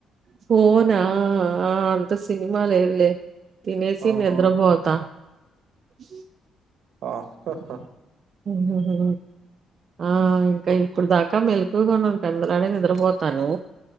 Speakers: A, on the right; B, on the right.
A: ఫోనా ఆ అంత సినిమా లేదులె తినేసి
B: ఆహా!
A: నిద్రపోత ఇహి
B: ఆ హహ
A: ఉ హు హు ఆ ఇంకా ఇప్పుడు దాకా మెలుకువగానె ఉంటాను, అలానె నిద్రపోతాను.